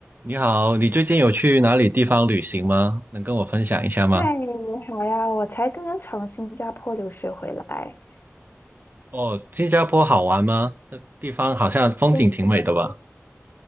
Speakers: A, on the right (about 40°); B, on the left (about 45°).
A: 你好，你最近有去哪里地方旅行吗？能跟我分享一下吗？
B: 嗨，你好呀！我才刚刚从新加坡留学回来。
A: 哦，新加坡好玩吗？那地方好像风景挺美的吧？
B: 新加坡，